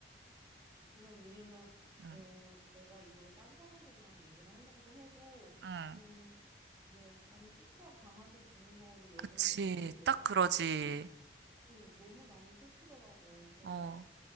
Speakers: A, on the right; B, on the right.
A: 그래, 왜냐면,
B: 응,
A: 어, 내가 이거를 딴 사람들이랑 얘기를 하려고 해도
B: 응,
A: 좀, 이게, 아니, 끼케야 강아지 죽은 거 가지고 왜
B: 그치.
A: 그래? 막 이렇게 얘기하는
B: 딱 그러지.
A: 것도 너무, 어, 너무 나는 슬프더라고. 그래서
B: 어,